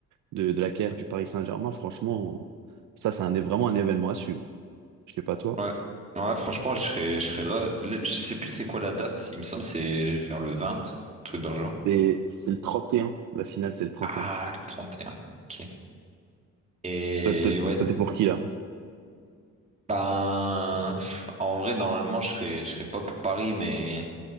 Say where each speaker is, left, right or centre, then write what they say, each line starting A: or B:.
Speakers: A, on the right; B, on the right.
A: de, de la carrière du Paris Saint-Germain. Franchement, ça, c'est un, é- vraiment un événement à suivre. Je sais pas toi.
B: Ouais, Ouais, franchement, je serais je serais là. Le- Je sais plus c'est quoi la date, il me semble c'est vers le 20, truc dans le genre.
A: C'est c'est le 31. La finale, c'est le 31.
B: Ah, le 31. OK. Et
A: Toi, toi,
B: ouais,
A: toi, t'es pour qui, là?
B: ben pff, en vrai normalement je serais je serais pas pour Paris mais